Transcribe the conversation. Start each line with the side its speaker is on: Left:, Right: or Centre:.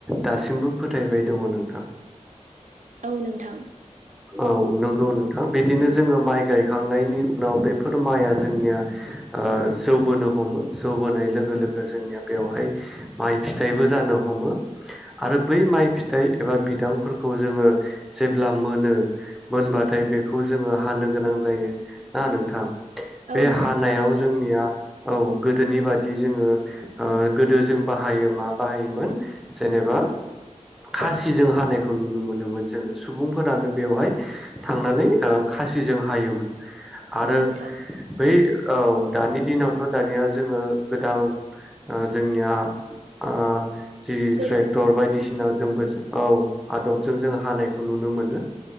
Centre: दासिमबो फोथायबाय दङ नोंथां।
Right: औ नोंथां
Centre: औ नंगौ नोंथां बिदिनो जोङो माइ गायखांनायनि उनाव बेफोर माइआ जोंनिया ओ जौबोनो हमो जौ बोनाय लोगो लोगो जोंनिया बेवहाय माइ फिथाइबो जानो हमो आरो बै माइ फिथाइ एबा बिदांफोरखौ जोङो जेब्ला मोनो मोनबाथाय बे खौ जोङो हानो गोनां जायो ना नोंथां
Right: औ
Centre: बे
Right: नोंथां
Centre: हानायाव जोंनिया औ गोदोनि बादि जोङो ओ गोदो जों बाहायो मा बाहायोमोन जेनेबा खासिजों हानायखौ नुनो मोनोमोन जोङो सुबुंफोरानो बेवहाय थांनानै ओ खासिजों हायोमोन। आरो
Right: औ नोंथां
Centre: बै औ दानि दिनाव दानिया जोङो गोदान ओ जोंनिया ओ जि
Right: गोदान
Centre: ट्रेक्टर बायदिसिना जोंबो औ आदबजों जों हानायखौ नुनो मोनो।